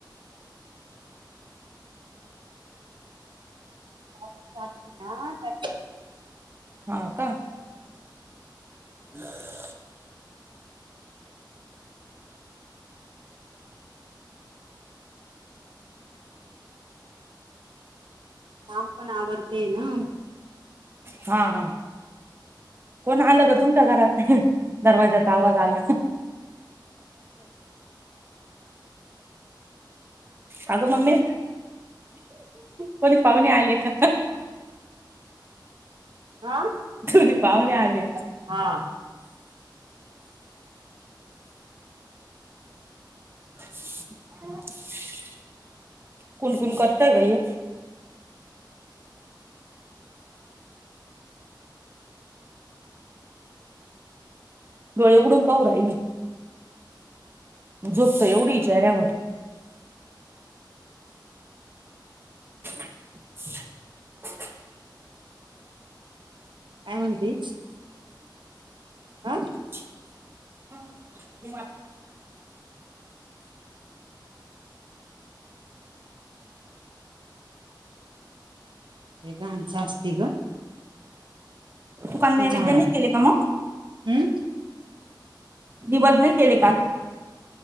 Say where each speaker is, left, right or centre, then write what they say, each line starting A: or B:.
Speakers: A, on the right; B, on the right.
A: <unintelligible>
B: हो का? हम् <unintelligible>
A: काम पण आवडते ना
B: हा हा कोण आलं ग तुमच्या घरात दरवाज्याचा आवाज आला हग ममी कोणी पाहुणे आले का
A: आा
B: तुरी पाहुणे आले का?
A: हा
B: <unintelligible> कुण कुण करतय काय डोळे उघडून पाहू राहिली झोप त एवढीये चेऱ्यावर <inaudible>
A: काय म्हणती ह का
B: ह
A: लय घाण साचती ग
B: तु काल
A: ती
B: नैविद्याने
A: झाडा
B: नाही केले का? म
A: हम्म
B: निवद नाही केले काल?